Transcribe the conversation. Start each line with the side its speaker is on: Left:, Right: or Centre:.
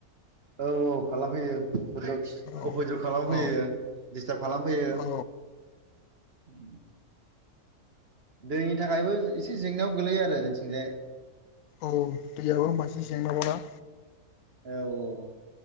Right: औ औ खालामफैयो। <unintelligible>
Left: औ
Right: खालामफैयो
Left: औ
Right: डिस्टार्ब खालामफैयो। उ
Left: औ
Right: दैनि थाखायबो एसे जेंनायाव गोलैयो आरो जोंथिंजाय
Left: औ दैयाबो मोनसे जेंना बाव ना
Right: औ औ।